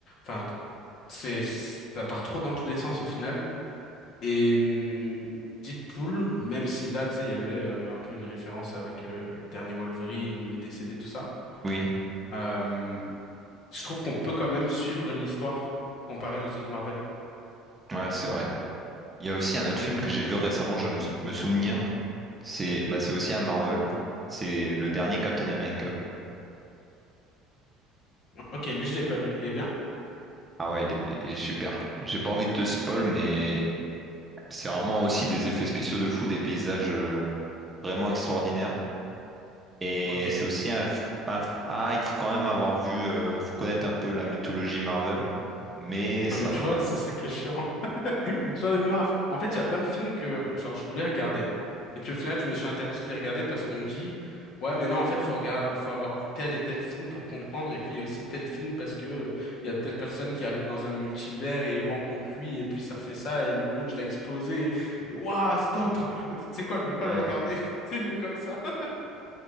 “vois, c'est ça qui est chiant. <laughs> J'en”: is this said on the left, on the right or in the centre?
Left